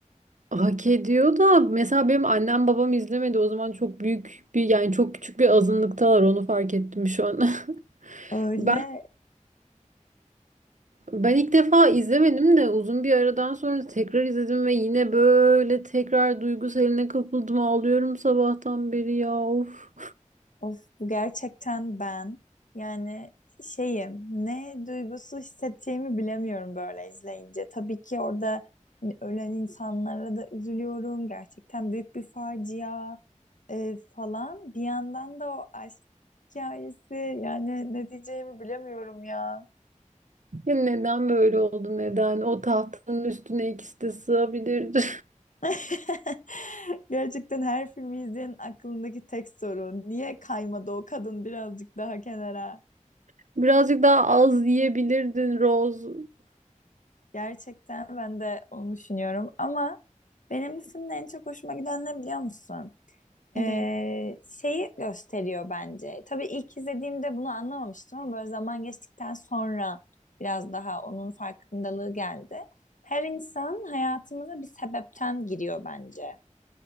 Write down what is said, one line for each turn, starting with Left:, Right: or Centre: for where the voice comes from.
Right: Hak ediyor da mesela benim annem babam izlemedi. O zaman çok büyük bir yani çok küçük bir azınlıktalar onu fark ettim şu an. <laughs>
Left: Öyle
Right: Ben ben ilk defa izlemedim de uzun bir aradan sonra tekrar izledim ve yine böyle tekrar duygusaline kapıldım. Ağlıyorum sabahtan beri ya. Of.
Left: Of bu gerçekten ben. Yani şeyim ne duygusu hissedeceğimi bilemiyorum böyle izleyince. Tabii ki orada hani ölen insanlara da üzülüyorum. Gerçekten büyük bir facia e, falan. Bir yandan da o aşk hikayesi yani ne diyeceğimi bilemiyorum ya.
Right: Ya neden böyle oldu neden? O tahtanın üstüne ikisi de sığabilirdi.
Left: <laughs> Gerçekten her filmi izleyenin aklındaki tek soru. Niye kaymadı o kadın birazcık daha kenara?
Right: <laughs> Birazcık daha az yiyebilirdin Rose.
Left: Gerçekten ben de onu düşünüyorum ama benim bu filmde en çok hoşuma giden ne biliyor musun?
Right: Ne?
Left: Ee, şeyi gösteriyor bence. Tabii ilk izlediğimde bunu anlamamıştım ama böyle zaman geçtikten sonra biraz daha onun farkındalığı geldi. Her insan hayatımıza bir sebepten giriyor bence.